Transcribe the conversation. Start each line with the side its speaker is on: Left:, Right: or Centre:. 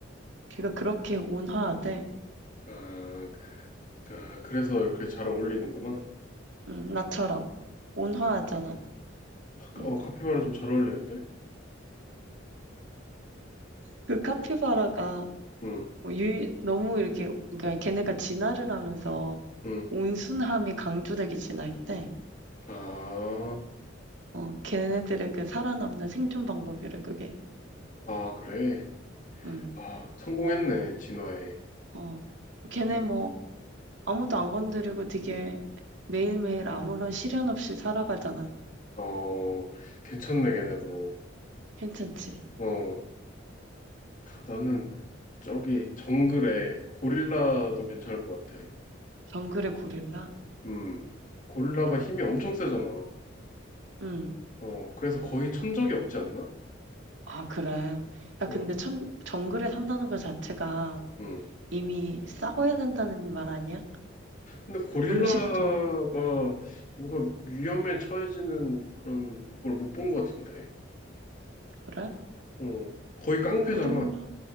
Right: 걔가 그렇게 온화하대.
Left: 아, 그- 아, 그래서 이렇게 잘 어울리는구나.
Right: 응, 나처럼. 온화하잖아. 응.
Left: 어, 카피바라 좀 잘 어울리는데?
Right: 그 카피바라가
Left: 응,
Right: 뭐 유, 너무 이렇게, 그러니까 걔네가 진화를 하면서
Left: 응.
Right: 온순함이 강조되게 진화했대.
Left: 아,
Right: 어, 걔네들의 그 살아남는 생존 방법이래, 그게.
Left: 아, 그래.
Right: 응,
Left: 아, 성공했네, 진화에.
Right: 어. 걔네
Left: 어,
Right: 뭐 아무도 안 건드리고 되게 매일매일 아무런 시련 없이 살아가잖아.
Left: 어, 괜찮네, 걔네도.
Right: 괜찮지?
Left: 어. 나는 저기 정글에 고릴라도 괜찮을 것 같아.
Right: 정글의 고릴라?
Left: 음, 고릴라가 힘이 엄청 세잖아.
Right: 응.
Left: 어, 그래서 거의 천적이 없지 않나?
Right: 아, 그래. 야,
Left: 어,
Right: 근데 천, 정글에 산다는 것 자체가
Left: 음.
Right: 이미 싸워야 된다는 말 아니야?
Left: 근데 고릴라가
Right: 음식도. 음,
Left: 뭔가 위험에 처해지는 그런 걸 못 본 것 같은데.
Right: 그래?
Left: 어, 거의 깡패잖아.
Right: 고릴라.